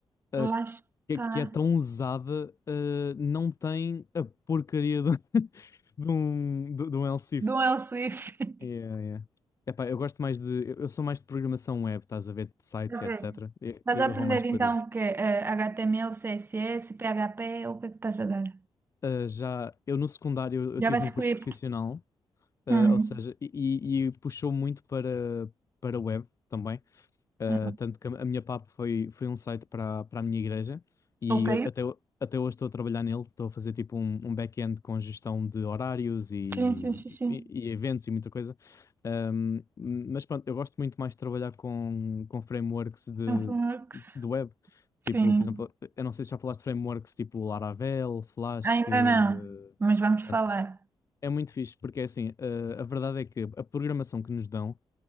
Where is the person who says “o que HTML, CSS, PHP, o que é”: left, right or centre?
Right